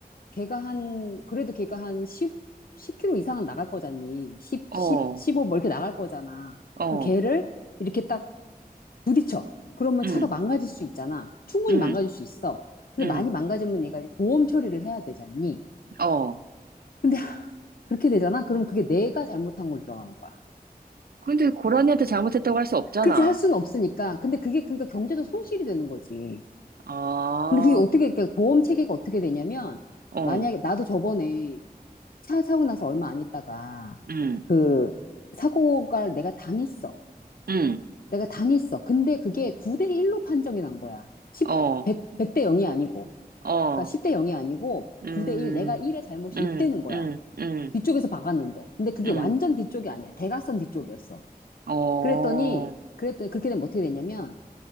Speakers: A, on the left; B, on the right.
A: 걔가 한 그래도 걔가 한 10, 10km 이상은 나갈 거잖니. 10,
B: 어,
A: 10, 15 뭐 이렇게 나갈 거잖아.
B: 어,
A: 그럼 걔를 이렇게 딱 부딪혀. 그러면
B: 음,
A: 차가 망가질 수 있잖아. 충분히
B: 음,
A: 망가질 수 있어. 근데
B: 음,
A: 많이 망가지면 얘가 이제 보험 처리를 해야 되잖니.
B: 어.
A: 근데 <laughs> 그렇게 되잖아. 그럼 그게 내가 잘못한 걸 들어가는 거야.
B: 근데 고라니한테 잘못했다고 할 수 없잖아.
A: 그렇지 할 수는 없으니까. 근데 그게 그러니까 경제적 손실이 되는 거지.
B: 아,
A: 근데 그게 어떻게 그러니까 보험 체계가 어떻게 되냐면
B: 어,
A: 만약에 나도 저번에 차 사고 나서 얼마 안 있다가
B: 음,
A: 그 사고가 내가 당했어.
B: 음,
A: 내가 당했어. 근데 그게 9대 1로 판정이 난 거야. 10,
B: 어,
A: 0대 0이 아니고.
B: 어,
A: 그러니까 10대 0이 아니고
B: 음,
A: 9대 1. 내가 1의 잘못이
B: 음,
A: 있다는 거야.
B: 음, 음,
A: 뒤쪽에서 박았는데. 근데 그게
B: 음,
A: 완전 뒤쪽이 아니야. 대각선 뒤쪽이었어.
B: 어,
A: 그랬더니 그랬더니 그렇게 되면 어떻게 되냐면